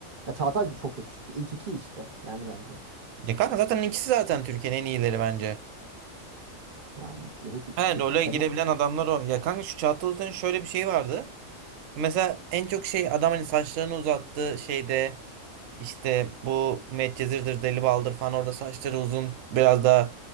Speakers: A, on the right (about 40°); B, on the right (about 75°).
A: Ya Çağatay da çok yakışıklı. İlk iki işte yani bence.
B: Ya kanka zaten ikisi zaten Türkiye'nin en iyileri bence.
A: Yani evet ikisi
B: He
A: de
B: role
A: çok Kenan
B: girebilen adamlar o. Ya kanka şu Çağatay Ulusoy'un şöyle bir şeyi vardı. Mesela en çok şey adam hani saçlarını uzattı şeyde. İşte bu Medcezir'dir, Deli Baldır falan orada saçları uzun biraz daha